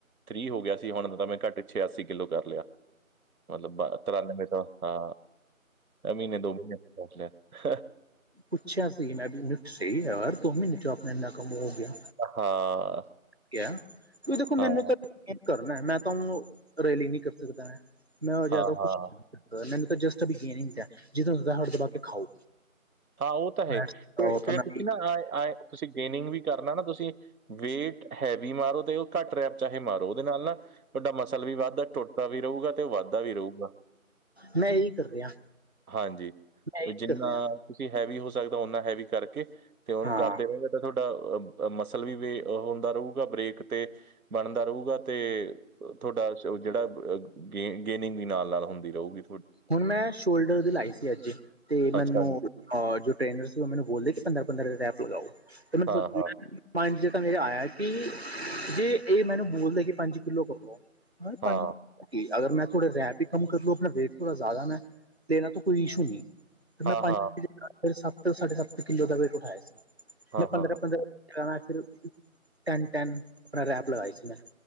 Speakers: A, on the right (about 80°); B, on the right (about 50°).
A: ਤ੍ਰਰ੍ਹੀ ਹੋ ਗਿਆ ਸੀ ਹੁਣ ਤਾਂ ਮੈਂ ਘੱਟ ਛਿਆਛੀ ਕਿਲੋ ਕਰ ਲਿਆ। ਮਤਲਬ ਬਾਰ੍ਹਾਂ ਤਰਿਆਨਵੇ ਮ ਹਾਂ ਐਂ ਮ੍ਹੀਨੇ ਦੋ ਮ੍ਹੀਨੇ ਪੰਹੁਚ ਗਿਆ।
B: ਪੁੱਛਿਆ ਸੀ ਮੈਂ ਵੀ ਨਿੱਠ ਸੀ ਯਾਰ ਦੋ ਮ੍ਹੀਨੇ 'ਚ ਅਪਨਾ ਐਨਾ ਕੰਮ ਹੋ ਗਿਐ।
A: ਹਾਂ।
B: ਕਿਆ ਦੇਖੋ ਮੈਨੂੰ
A: ਹਾਂ,
B: ਤਾ ਯਕੀਨ ਕਰਨੈ ਮੈਂ ਤਾਂ ਉਨੂੰ ਰੈਲੀ ਨੀ ਕਰ ਸਕਦਾ ਮੈਂ ਮੈਂ ਜਾਦਾ
A: ਹਾਂ,
B: ਕੁਛ
A: ਹਾਂ।
B: ਕਰਦਾ ਮੈਨੂੰ ਤਾਂ ਜਸਟ ਬੀਨ ਹੁੰਦੈ ਜਦੋ ਹੁੰਦੈ ਹਟ ਦਬਾ ਕੇ ਖਾਓ।
A: ਹਾਂ ਓ ਤਾਂ ਹੈ
B: ਖਾਓ
A: ਤੇ
B: ਆਪਣਾ
A: ਫਿਰ ਤੁਸੀਂ ਨਾ ਆਂਏ-ਆਂਏ। ਤੁਸੀਂ ਗੇਨਿੰਗ ਵੀ ਕਰਨਾ ਨਾ ਤੁਸੀਂ ਵੇਟ ਹੈਵੀ ਮਾਰੋ ਤੇ ਓ ਘੱਟ ਰੈਪ ਚਾਹੇ ਮਾਰੋ ਉਹਦੇ ਨਾਲ ਨਾ ਤੁਹਾਡਾ ਮਸਲ ਵੀ ਵੱਧ ਦਾ ਟੁਟ ਦਾ ਵੀ ਰਊਗਾ ਤੇ ਓ ਵਧਦਾ ਵੀ ਰਊਗਾ।
B: ਮੈਂ ਇਹੀ ਕਰ ਰਿਹਾ
A: ਹਾਂਜੀ
B: ਮੈਂ ਇਹੀ
A: ਜਿੰਨਾ
B: ਕਰ ਰਿਹਾ
A: ਤੁਸੀਂ ਹੈਵੀ ਹੋ ਸਕਦਾ ਓਨਾ ਹੈਵੀ ਕਰਕੇ ਤੇ ਉਹਨੂੰ
B: ਹਾਂ
A: ਕਰਦੇ ਰਉਗੇ। ਤੁਹਾਡਾ ਮਸਲ ਵੀ ਵੇ ਹੁੰਦਾ ਰਊਗਾ ਬ੍ਰੇਕ ਤੇ ਬਣਦਾ ਰਊਗਾ। ਤੇ ਥੌਡਾ ਓ ਜਿਹੜਾ ਅ ਗੇ ਗੇਨਿੰਗ ਵੀ ਨਾਲ-ਨਾਲ ਹੁੰਦੀ ਰਊਗੀ।
B: ਹੁਣ ਮੈਂ ਸ਼ੋਲਡਰ ਦੀ ਲਾਈ ਸੀ ਅੱਜ ਤੇ
A: ਅੱਛਾ
B: ਮੈਨੂੰ
A: ਜੀ।
B: ਹਾਂ ਜੋ ਟ੍ਰੇਨਰ ਸੀ ਓ ਮੈਨੂ ਬੋਲੇ ਸੀ ਪੰਦਰਾਂ -ਪੰਦਰਾਂ ਦਿਨ ਰੈਪ ਲਗਾਓ ਤੇ ਮੈਂ
A: ਹਾਂ,
B: ਸੋਚ
A: ਹਾਂ,
B: ਪੰਜ ਕੁ ਵਜੇ ਆਇਆ ਸੀ ਜੇ ਇਹ ਮੈਨੂੰ ਬੋਲਦੇ ਕਿ ਪੰਜ ਕਿੱਲੋ ਕਰ ਲੋ। ਹੂੰ
A: ਹਾਂ,
B: ਪੰਜ ਕਿ ਅਗਰ ਮੈਂ ਥੋੜ੍ਹਾ ਰੈਪ ਹੀ ਕਮ ਕਰ ਲੋ ਆਪਣਾ ਵੇਟ ਥੋੜਾ ਜਾਦਾ ਮੈਂ ਤੇਰਾਂ ਤੇ ਕੋਈ ਇਸ਼ੂ ਨੀ ਮੈਂ
A: ਹਾਂ,
B: ਪੰਜ
A: ਹਾਂ,
B: ਫਿਰ ਸੱਤ-ਸਾਢੇ ਸੱਤ ਕਿੱਲੋ ਦਾ ਵੇਟ ਉਠਾਇਆ ਸੀ
A: ਹਾਂ,
B: ਮੈਂ ਪੰਦਰਾਂ-ਪੰਦਰਾਂ
A: ਹਾਂ।
B: ਕਹਾਂ ਹੈ ਫਿਰ ਟੈਨ-ਟੈਨ ਆਪਣਾ ਰੈਪ ਲਗਾਈ ਸੀ ਮੈਂ